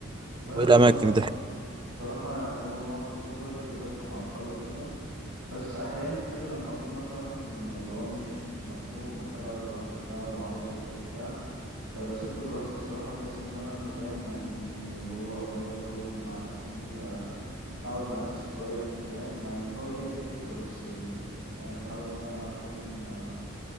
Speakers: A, on the right; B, on the right.
A: لا يا
B: وايه
A: اسطى
B: الاماكن اللي انت تحب
A: بصراحة يعني هو معظم سفري بسافره مع أصحابي وكده بس أحيانا كده لما أكون مثلا اللي هو مش مخنوق ومحتاج أقعد لوحده وبتاع وعاوز أسافر وبتاع فبسافر لوحدي الصراحة بحيث إن أنا أنت فاهم يعني اللي هو أغير جو كده مع نفسي آه، أقعد مع نفسي شوية أنت فاهم يعني هو هي دي الفكرة بس ال... يعني أنا بحاول إن أنا أكون آه،